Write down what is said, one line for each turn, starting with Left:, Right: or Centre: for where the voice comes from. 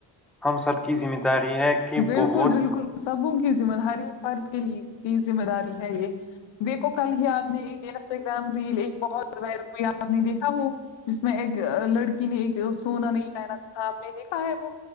Centre: ہم سب کی ذمہ داری ہے کہ
Left: بالکل
Centre: بہت
Left: بالکل سب ہوں کی ذمہ داری فرد کے کی ذمہ داری ہے یہ دیکھو کل ہی آپ نے انسٹاگرام ریل ایک بہت وائرل ہوئی آپ نے دیکھا وہ جس میں ایک لڑکی نے ایک سونا نہیں پہنا تھا آپ نے دیکھا ہے وہ